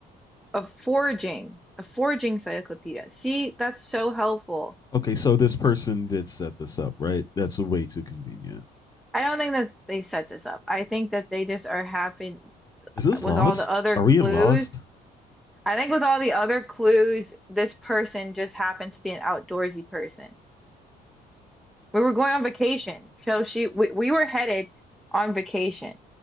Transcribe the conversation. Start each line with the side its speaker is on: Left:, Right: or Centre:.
Centre: Of foraging, a foraging encyclopedia. See, that's so helpful.
Left: okay, so this person did set this up, right? That's way too convenient.
Centre: I don't think that they set this up. I think that they just are happy
Left: Is this
Centre: with
Left: lost?
Centre: all the other
Left: Are
Centre: clues.
Left: we in lost?
Centre: I think with all the other clues, this person just happens to be an outdoorsy person. We were going on vacation, so she we, we were headed on vacation.